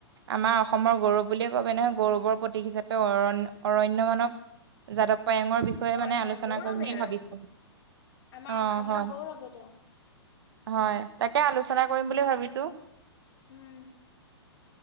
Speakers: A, on the right; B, on the left.
A: আমাৰ অসমৰ গৌৰৱ বুলিয়ে কব নহয় গৌৰৱৰ প্ৰতীক হিচাপে অৰণ - অৰণ্য মানৱ যাদৱ পায়ঙৰ বিষয়ে
B: হয়
A: মানে
B: হয়
A: আলোচনা
B: গৌৰৱে
A: কৰিম বুলি
B: আৰু।
A: ভাবিছো?
B: আমাৰ
A: অঁ
B: অসমৰ
A: হয়
B: গৌৰৱে তেওঁ।
A: হয় তাকে আলোচনা কৰিম বুলি ভাবিছোঁ।
B: উম,